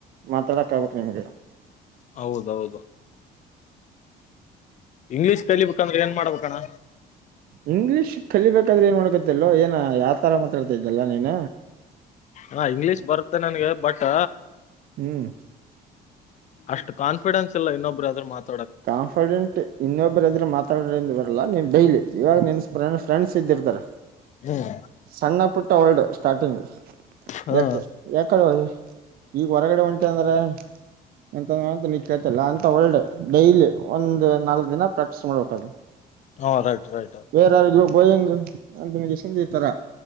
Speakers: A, on the right; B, on the left.
A: ಮಾತಾಡಕ್ ಆಗ್ಬೇಕಬೇಕು ನಿಮ್ಗೆ
B: ಹೌದೌದು ಇಂಗ್ಲೀಷ್ ಕಲಿಬೇಕಂದ್ರೆ ಏನ್ ಮಾಡ್ಬೇಕಣ್ಣ
A: ಇಂಗ್ಲಿೀಷ್ ಕಲಿಬೇಕಾದ್ರೆಏನ್ ನೋಡಕತ್ತೆಲ್ೋ ಏನ ಯಾವ ತರ ಮತ್ತ ಹತ ಇದ್ದಲ್ಲ ನೀನ
B: ಹಾ ಇಂಗ್ಲೀಷ್ ಬರುತ್ತೆ ನನ್ಗೆ ಬಟ್
A: ಹ್ಮ್
B: ಅಷ್ಟು ಕಾನ್ಫಿಡೆನ್ಸ್ ಇಲ್ಲ ಇನ್ನೊಬ್ಬರು ಅದ್ರ ಮಾತ್ರ
A: ಕಾನ್ಫಿಡೆಂಟ್ ಇನ್ನೊಬ್ಬರದ್ರೆ ಮಾತಾಡಿಂದ ಬರಲ್ಲಾ ನೀನ್ ಡೈಲಿ ಇವಾಗ ನಿನ್ನ್ನ ಫ್ರೆಂಡ್ ಸಿಿದ್ದರ್ತಾರೆ
B: ಹ್ಮ್
A: ಸಣ್ಣ ಪುಟ್ಟ ಒಳ್ಳಡು ಸ್ಟಾರ್ಟಿಂಗ್
B: ಹ್ಮ್
A: ಎತ ಯಾಕಡುವ ಈಗ ಹೊರಗಡೆ ಒಂಟು ಅಂದ್ರೆ ಎಂತಂದ್ರ ಅಂತ ನಿತ್ಯತಲ್ಲ ಅಂತ ಒಳ್ಳಡ್ ಡೈಲ್ ಒಂದು್ ನಾಲ್ಕ್ ದಿನ ಪ್ರಾಕ್ಟೀಸ್ ಮಾಡ್ಬೇಕದು
B: ಹಾ ರೈಟ್ ರೈಟ್
A: ಬೇರಾರಗ ಗೋಯಿಂಗ್ ಅಂತನಗೆಷ ರ